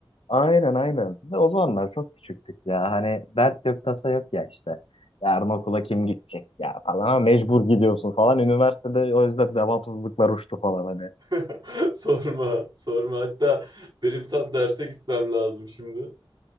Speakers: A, on the left; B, on the right.
A: Aynen aynen. Ve o zamanlar çok küçüktük ya. Hani dert yok tasa yok ya işte. Yarın okula kim gidecek ya falan ama mecbur gidiyorsun falan. Üniversitede o yüzden devamsızlıklar uçtu falan hani.
B: <laughs> Sorma, sorma. Hatta benim tam derse gitmem lazım şimdi.